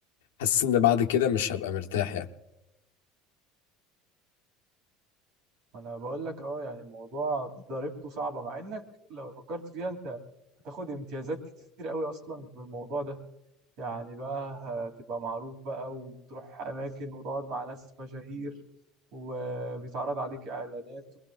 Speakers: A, on the left (about 80°); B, on the right (about 65°).
A: حاسس ان بعد كده مش هبقى مرتاح يعني
B: ما انا بقول لك اه يعني الموضوع ضريبته صعبه مع انك لو فكرت فيها انت هتاخد امتيازات كتير قوي اصلا بالموضوع ده يعني بقى هتبقى معروف بقى وتروح اماكن وتقعد مع ناس مشاهير وبيتعرض عليك اعلانات